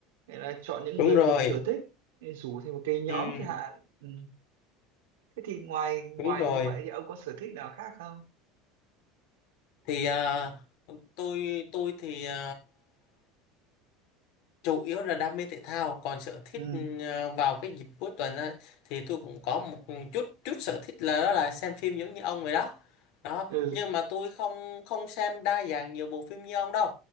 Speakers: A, on the right; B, on the left.
A: Nghĩa là chọn những
B: Đúng
A: người
B: rồi.
A: cùng sở thích rủ thêm một cái nhóm
B: Ừ.
A: chẳng hạn ừ. Thế thì ngoài ngoài
B: Đúng rồi.
A: như vậy thì ông có sở thích nào khác không?
B: Thì à, tôi tôi thì à, chủ yếu là đam mê thể thao còn sở thích
A: Ừ
B: ờ, vào cái dịp cuối tuần á, thì tôi cũng có một chút chút sở thích là đó là xem phim giống như ông vậy đó đó
A: ừ
B: nhưng mà tôi không không xem đa dạng nhiều bộ phim như ông đâu